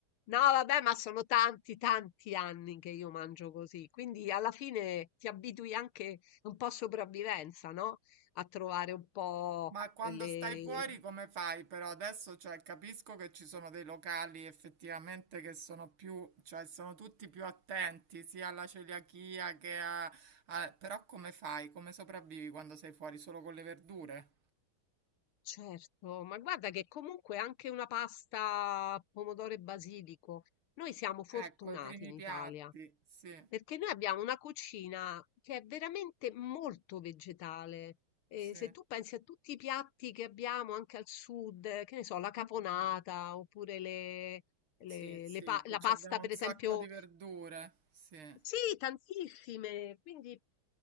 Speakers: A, on the left (about 85°); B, on the right (about 80°).
A: No, vabbè, ma sono tanti, tanti anni che io mangio così, quindi alla fine ti abitui anche un po' a sopravvivenza, no? A trovare un po'
B: Ma quando
A: le...
B: stai fuori come fai però? Adesso cioè, capisco che ci sono dei locali effettivamente che sono più, cioè sono tutti più attenti sia alla celiachia che a... a- Però come fai? Come sopravvivi quando sei fuori solo con le verdure?
A: Certo, ma guarda che comunque anche una pasta pomodoro e basilico, noi siamo fortunati
B: Ecco, i primi
A: in Italia.
B: piatti, sì,
A: Perché noi abbiamo una cucina che è veramente molto vegetale. E
B: sì.
A: se tu pensi a tutti i piatti che abbiamo anche al sud, eh, che ne so, la caponata oppure le- le-
B: Sì, sì,
A: le pa-
B: che
A: la
B: ci
A: pasta,
B: abbiamo
A: per
B: un sacco
A: esempio,
B: di verdure, sì. C'è
A: sì, tantissime. Quindi